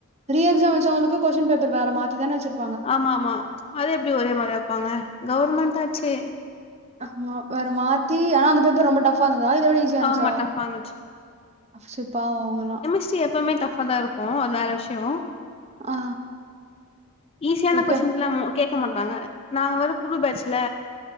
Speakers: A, on the right; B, on the left.
A: ரீ எக்ஸாம் வச்சவங்களுக்கு கொஸ்டின் பேப்பர் வேற மாத்தி தான வச்சிரு
B: ஆமா ஆமா அது எப்டி ஒரே மாரி வெப்பாங்க கவர்மெண்ட் ஆச்சே
A: ஆமா வேற மாத்தி ஆனா அந்த பேப்பர் ரொம்ப டஃப் அப்பாந்ததா இதோட ஈஸியா இருந்த்ச்சா
B: ஆமா டஃபா இருந்துச்சு
A: அப் சோ பாவோ அவுங்கல்லா
B: ட்டு எப்பவுமே டப்ஃபா தா இரு ஓ அத் வேற விஷ்யோ
A: ஆ
B: ஈஸியான
A: ஓகே
B: கொஷின்ஸ்லமோ கேட்க மாட்டாங்க நாங்க வேற புது பேஜ்ல